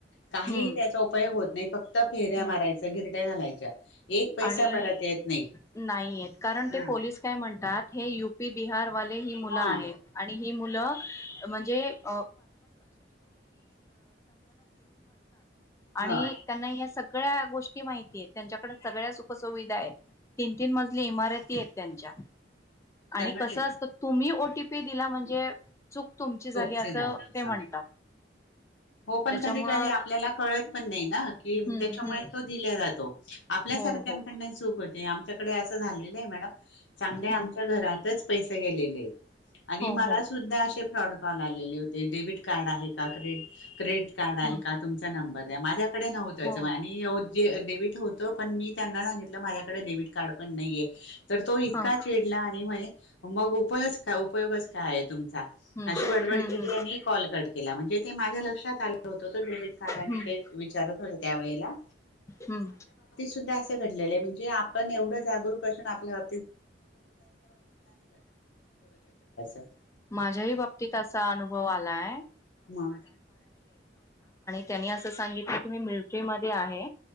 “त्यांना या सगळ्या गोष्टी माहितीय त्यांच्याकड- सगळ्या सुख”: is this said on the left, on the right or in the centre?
Left